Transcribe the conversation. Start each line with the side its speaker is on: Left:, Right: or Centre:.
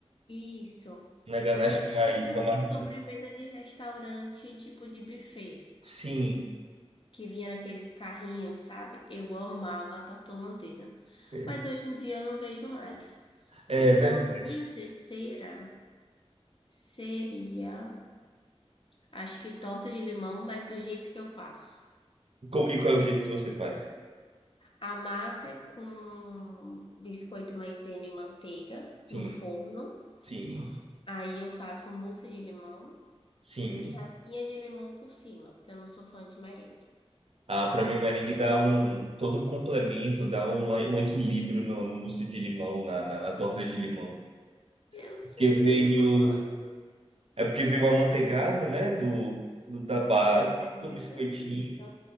Left: Isso.
Right: Na ganache
Left: Mas é muito
Right: aí, ramarra
Left: sobremesa de restaurante, tipo de buffet.
Right: Sim,
Left: que vinha naqueles carrinhos, sabe? Eu amava a torta holandesa,
Right: é
Left: mas hoje em dia eu não vejo mais.
Right: é
Left: Então,
Right: verdade.
Left: a minha terceira seria, acho que torta de limão, mas do jeito que eu faço.
Right: Co- E qual é o jeito que você faz?
Left: A massa é com biscoito maisena e manteiga
Right: Sim,
Left: no forno.
Right: sim,
Left: Aí eu faço mousse de limão
Right: sim.
Left: e raspinha de limão por cima, porque eu não sou fã de merengue.
Right: Ah, para mim o merengue dá um todo um complemento, dá um, um equilíbrio no, no mousse de limão, na, na, na torta de limão.
Left: Eu sei,
Right: Porque vem
Left: mas eu não
Right: o,
Left: gosto
Right: é porque vem o amanteigado, né, do, do da base,
Left: do biscoito.
Right: do biscoitinho.
Left: Isso.